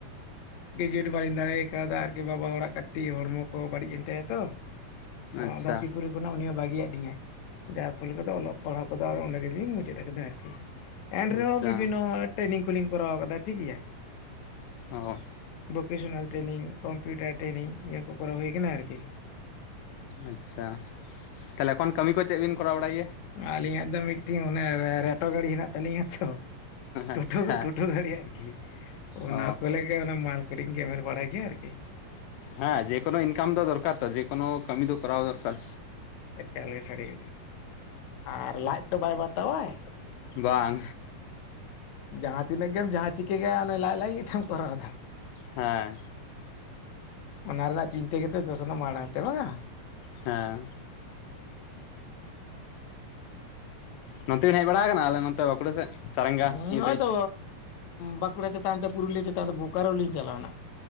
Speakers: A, on the left; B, on the left.
A: ᱜᱮᱡᱩᱭᱮᱴ ᱵᱟᱞᱤᱧ ᱫᱟᱲᱮᱭ ᱠᱟᱣᱫᱟ ᱟᱨᱠᱤ ᱵᱟᱵᱟ ᱦᱚᱲᱟᱜ ᱠᱟᱹᱴᱤ ᱦᱚᱲᱢᱚ ᱠᱚ ᱵᱟᱹᱲᱤᱡ ᱮᱱ ᱛᱟᱭᱟ ᱛᱚ,
B: ᱟᱪᱪᱷᱟ
A: ᱟᱫᱚ <unintelligible> ᱠᱚᱱᱟ ᱩᱱᱤ ᱦᱚᱸ ᱵᱟᱹᱜᱤ ᱭᱟᱜ ᱞᱤᱧᱟᱭ ᱡᱟᱨ ᱯᱷᱚᱞ ᱨᱮᱫᱚ ᱚᱞᱚᱜ ᱯᱟᱲᱦᱟᱣ ᱠᱚᱫᱚ ᱟᱫᱚ ᱚᱸᱰᱮ ᱜᱮᱞᱤᱧ ᱢᱩᱪᱟᱹᱫ ᱟᱠᱟᱫᱟ ᱟᱨᱠᱤ᱾ ᱮᱱ ᱨᱮᱦᱚᱸ
B: ᱟᱪᱪᱷᱟ
A: ᱵᱤᱵᱷᱤᱱᱱᱚ ᱴᱨᱮᱱᱤᱝ ᱠᱚᱞᱤᱧ ᱠᱚᱨᱟᱣ ᱠᱟᱫᱟ ᱴᱷᱤᱠ ᱜᱮᱭᱟ,
B: ᱚ
A: ᱵᱳᱠᱮᱥᱚᱱᱟᱞ ᱴᱨᱮᱱᱤᱝ ᱠᱚᱢᱯᱤᱭᱩᱴᱟᱨ ᱴᱨᱮᱱᱤᱝ ᱱᱤᱭᱟᱹ ᱠᱚ ᱠᱚᱨᱟᱣ ᱦᱩᱭ ᱠᱟᱱᱟ ᱟᱨᱠᱤ᱾
B: ᱟᱪᱪᱷᱟ ᱛᱟᱦᱞᱮ ᱮᱠᱷᱚᱱ ᱠᱟᱹᱢᱤ ᱠᱚ ᱪᱮᱜ ᱵᱤᱱ ᱠᱚᱨᱟᱣ ᱵᱟᱲᱟᱭ ᱜᱮᱭᱟ?
A: ᱟᱞᱤᱧᱟᱜ ᱫᱚ ᱢᱤᱫ ᱴᱤᱱ ᱚᱱᱮ ᱨᱮ ᱨᱮᱴᱚ ᱜᱟᱲᱤ ᱦᱮᱱᱟᱜ ᱛᱟᱹᱞᱤᱧᱟ ᱛᱚ ᱴᱳ
B: ᱟᱪᱪᱷᱟ
A: ᱴᱳ ᱴᱳ ᱴᱳ ᱜᱟᱹᱲᱤ ᱟᱨᱠᱤ ᱚᱱᱟ
B: ᱚ
A: ᱠᱚ ᱞᱟᱹᱜ ᱚᱱᱟ ᱢᱟᱞ ᱠᱚᱨᱮᱧ ᱜᱮᱢᱮᱨ ᱵᱟᱲᱟᱭ ᱜᱮᱭᱟ ᱟᱨᱠᱤ
B: ᱦᱮᱸ ᱡᱮᱠᱳᱱᱳ ᱤᱱᱠᱟᱢ ᱫᱚ ᱫᱚᱨ ᱠᱟᱨ ᱛᱚ ᱡᱮᱠᱱᱳ ᱠᱟᱹᱢᱤ ᱫᱚ ᱠᱚᱨᱟᱣ ᱫᱚᱨᱠᱟᱨ᱾
A: ᱮᱠᱟᱞ ᱜᱮ ᱥᱟᱹᱲᱤ ᱠᱟᱛᱷᱟ ᱟᱨ ᱞᱟᱡ ᱛᱚ ᱵᱟᱭ ᱵᱟᱛᱟᱣᱭ᱾
B: ᱵᱟᱝ
A: ᱡᱟᱦᱟᱸ ᱛᱤᱱᱟᱹᱜ ᱜᱮᱢ ᱡᱟᱦᱟᱸ ᱪᱤᱠᱟᱹ ᱜᱮᱭᱟ ᱚᱱ ᱞᱟᱡ ᱞᱟᱹᱜᱤᱛ ᱜᱮ ᱛᱚᱢ ᱠᱚᱨᱟᱣ ᱮᱫᱟ᱾
B: ᱦᱮᱸ
A: ᱚᱱᱟ ᱨᱮᱱᱟᱜ ᱪᱤᱱᱛᱟᱹ ᱜᱮ ᱛᱚ ᱡᱷᱚᱛᱚ ᱠᱷᱚᱱ ᱢᱟᱲᱟᱝ ᱛᱮ ᱵᱟᱝ ᱟ᱾
B: ᱦᱮᱸ ᱱᱚᱛᱮ ᱵᱮᱱ ᱦᱮᱡ ᱵᱟᱲᱟ ᱟᱠᱟᱱᱟ ᱟᱞᱮ ᱱᱚᱛᱮ ᱵᱟᱸᱠᱩᱲᱟ ᱥᱮᱫ, ᱥᱟᱨᱝᱜᱟ
A: ᱱᱚᱜᱼᱚᱭ
B: ᱱᱤᱭᱟᱹ ᱥᱟᱭᱤᱴ᱾
A: ᱛᱚ ᱵᱟᱸᱠᱩᱲᱟ ᱪᱮᱛᱟᱱ ᱛᱮ ᱯᱩᱨᱩᱞᱤᱭᱟᱹ ᱪᱮᱛᱟᱱ ᱵᱳᱠᱟᱨᱳᱞᱤᱧ ᱪᱟᱞᱟᱣᱱᱟ᱾